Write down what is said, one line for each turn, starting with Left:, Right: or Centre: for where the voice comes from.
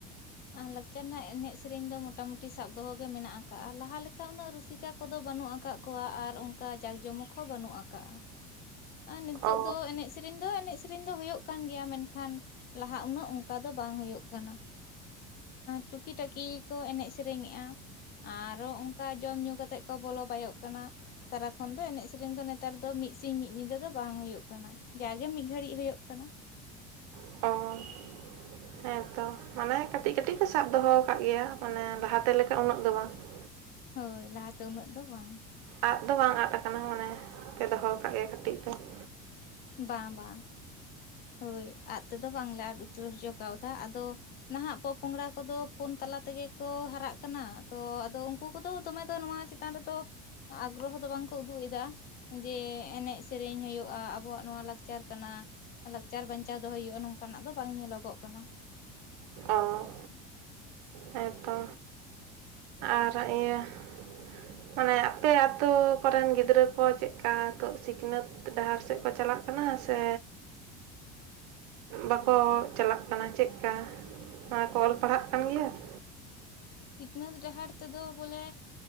Left: ᱟᱨ ᱞᱟᱠᱪᱟᱨ ᱨᱮᱱᱟᱜ ᱮᱱᱮᱡ ᱥᱮᱨᱮᱧ ᱫᱚ ᱢᱚᱴᱟ ᱢᱩᱴᱤ ᱥᱟᱵ ᱫᱚᱦᱚᱜ ᱜᱮ ᱢᱮᱱᱟᱜ ᱟᱠᱟᱜᱼᱟ ᱞᱟᱦᱟ ᱞᱮᱠᱟ ᱩᱱᱟᱹᱜ ᱨᱩᱥᱤᱠᱟ ᱠᱚᱫᱚ ᱵᱟᱹᱱᱩᱜ ᱟᱠᱟᱜ ᱠᱚᱣᱟ ᱟᱨ ᱚᱱᱠᱟ ᱡᱟᱠ ᱡᱚᱢᱚᱠ ᱦᱚᱸ ᱵᱟᱹᱱᱩᱜ ᱟᱠᱟᱜᱼᱟ ᱾ ᱟᱨ ᱱᱤᱛᱚᱜᱜ
Right: ᱚ
Left: ᱫᱚ ᱮᱱᱮᱡ ᱥᱮᱨᱮᱧ ᱫᱚ ᱮᱱᱮᱡ ᱥᱮᱨᱮᱧ ᱫᱚ ᱦᱳᱭᱳᱜ ᱠᱟᱱ ᱜᱮᱭᱟ ᱢᱮᱱᱠᱷᱟᱱ ᱞᱟᱦᱟ ᱩᱱᱟᱹᱜ ᱚᱱᱠᱟ ᱫᱚ ᱵᱟᱝ ᱦᱳᱭᱳᱜ ᱠᱟᱱᱟ ᱾ ᱴᱩᱠᱤ ᱴᱟᱠᱤ ᱠᱚ ᱮᱱᱮᱡ ᱥᱮᱨᱮᱧᱮᱜᱼᱟ ᱾ ᱟᱨᱚ ᱚᱱᱠᱟ ᱡᱚᱢ ᱧᱩ ᱠᱟᱛᱮᱜ ᱠᱚ ᱵᱚᱞᱚ ᱵᱟᱭᱚᱜ ᱠᱟᱱᱟ ᱾ ᱥᱟᱨᱟ ᱠᱷᱚᱱ ᱫᱚ ᱮᱱᱮᱡ ᱥᱮᱨᱮᱧ ᱫᱚ ᱱᱮᱛᱟᱨ ᱫᱚ ᱢᱤᱫ ᱥᱤᱝ ᱢᱤᱫ ᱧᱤᱫᱟᱹ ᱫᱚ ᱵᱟᱝ ᱦᱳᱭᱳᱜ ᱠᱟᱱᱟ ᱡᱟᱜᱮ ᱢᱤᱫ ᱜᱷᱟᱹᱲᱤᱡ ᱦᱳᱭᱳᱜ ᱠᱟᱱᱟ ᱾
Right: <unintelligible> ᱦᱮᱸᱛᱚ ᱢᱟᱱᱮ ᱠᱟᱹᱴᱤᱡ ᱠᱟᱹᱴᱤᱡ ᱯᱮ ᱥᱟᱵ ᱫᱚᱦᱚ ᱟᱠᱟᱜ ᱜᱮᱭᱟ ᱢᱟᱱᱮ ᱞᱟᱦᱟ ᱛᱮ ᱞᱮᱠᱟ ᱩᱱᱟᱹᱜ ᱫᱚ ᱵᱟᱝ ᱾ <inaudible>
Left: ᱦᱳᱭ ᱞᱟᱦᱟ ᱛᱮ ᱩᱱᱟᱹᱜ ᱫᱚ ᱵᱟᱝ ᱾
Right: ᱟᱫ ᱫᱚ ᱵᱟᱝ ᱟᱫ ᱟᱠᱟᱱᱟ ᱢᱟᱱᱮ ᱯᱮ ᱫᱚᱦᱚ ᱟᱠᱟᱫ ᱜᱮᱭᱟ ᱠᱟᱹᱴᱤᱡ ᱫᱚ ᱾
Left: ᱵᱟᱝ ᱵᱟᱝ ᱦᱳᱭ ᱟᱫ ᱛᱮᱫᱚ ᱵᱟᱝᱞᱮ ᱟᱫ ᱩᱛᱟᱹᱨ ᱦᱚᱪᱚ ᱠᱟᱣᱫᱟ ᱟᱫᱚ ᱱᱟᱦᱟᱜ ᱯᱚᱼᱯᱚᱝᱲᱟ ᱠᱚᱫᱚ ᱯᱷᱳᱱ ᱛᱟᱞᱟ ᱛᱮᱜᱮ ᱠᱚ ᱦᱟᱨᱟᱜ ᱠᱟᱱᱟ ᱛᱚ ᱟᱫᱚ ᱩᱱᱠᱩ ᱠᱚᱫᱚ ᱫᱚᱢᱮ ᱫᱚ ᱱᱚᱶᱟ ᱾ ᱪᱮᱛᱟᱱ ᱨᱮᱫᱚ ᱟᱜᱽᱨᱚᱦᱚ ᱫᱚ ᱵᱟᱝ ᱠᱚ ᱩᱫᱩᱜ ᱮᱫᱟ ᱡᱮ ᱮᱱᱮᱡ ᱥᱮᱨᱮᱧ ᱦᱳᱭᱳᱜᱼᱟ ᱾ ᱟᱵᱚᱣᱟᱜ ᱱᱚᱣᱟ ᱞᱟᱠᱪᱟᱨ ᱠᱟᱱᱟ ᱞᱟᱠᱪᱟᱨ ᱵᱟᱧᱪᱟᱣ ᱫᱚᱦᱚᱭ ᱦᱩᱭᱩᱜᱼᱟ ᱱᱚᱝᱠᱟᱱᱟᱜ ᱫᱚ ᱵᱟᱝ ᱧᱮᱞᱚᱜᱼᱚᱜ ᱠᱟᱱᱟ ᱾
Right: ᱚ ᱦᱮᱸ ᱛᱚ ᱟᱨ ᱤᱭᱟᱹ <inaudible> ᱢᱟᱱᱮ ᱟᱯᱮ ᱟᱛᱳ ᱠᱚ ᱨᱮᱱ ᱜᱤᱫᱽᱨᱟᱹ ᱠᱚ ᱪᱮᱫ ᱞᱮᱠᱟ ᱱᱤᱛᱚᱜ ᱥᱤᱠᱷᱱᱟᱹᱛ ᱰᱟᱦᱟᱨ ᱥᱮᱫ ᱠᱚ ᱪᱟᱞᱟᱜ ᱠᱟᱱᱟ ᱾ ᱠᱟᱱᱟ ᱥᱮ ᱵᱟᱠᱚ ᱪᱟᱞᱟᱜ ᱠᱟᱱᱟ ᱪᱮᱫᱠᱟ ᱾ ᱠᱚ ᱚᱞ ᱯᱟᱲᱦᱟᱜ ᱠᱟᱱ ᱜᱮᱭᱟ ᱾
Left: ᱥᱤᱠᱷᱱᱟᱹᱛ ᱰᱟᱦᱟᱨ ᱛᱮᱫᱚ ᱵᱚᱞᱮ